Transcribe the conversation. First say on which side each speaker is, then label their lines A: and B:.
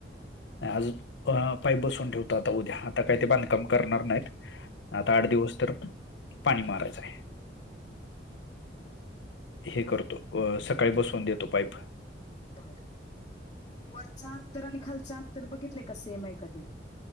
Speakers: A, on the left (about 80°); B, on the left (about 25°).
A: आज पाईप बसून ठेवतो आता उद्या आता काय ते बांधकाम करणार नाहीत आता आठ दिवस तर पाणी मारायचं आहे
B: बघ
A: हे करतो अ सकाळी बसवून देतो पाईप
B: बर वरच अंतर आणि खालच अंतर बघितलंय का सेम आहे का ते